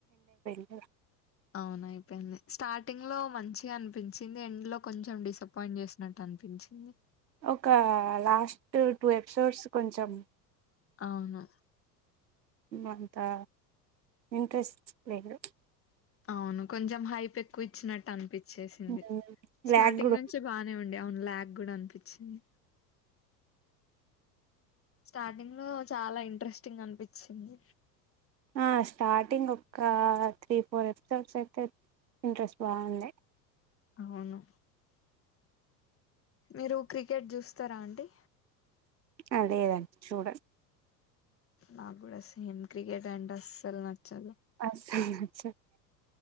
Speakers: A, on the right; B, on the left.
A: ఏ
B: అవును అయిపోయింది స్టార్టింగ్ లో మంచిగా అనిపించింది ఎండ్ లో కొంచెం డిసప్పయింట్ చేసినట్టు అ అనిపించింది
A: ఒక లాస్ట్ టూ ఎపిసోడ్స్ కొంచెం
B: అవును
A: అంతా ఇంంట్రెస్ట్ లేదు
B: అవును కొంచెం హైప్ ఎక్కువ ఇచ్చినట్టు అనిపిచ్చేసింది
A: ఉమ్. బ్లాక్
B: స్టార్టింగ్
A: కూడా
B: నుంచి బానే ఉండే అండి అవును లాగ్ కూడా అనిపించింది స్టార్టింగ్ లో చాలా ఇంట్రెస్టింగ్ అనిపించింది
A: ఆ స్టార్టింగ్ ఒక త్రీ ఫోర్ ఎపిసోడ్స్ అయితే ఇంట్రెస్ట్ బాగుంది
B: అవును మీరు క్రికెట్ చూస్తారా అండి
A: అదే గదా చూడన్
B: నాకు కూడా సేమ్ క్రికెట్ అంటే అస్సలు నచ్చదు
A: అస్సలు నచ్చదు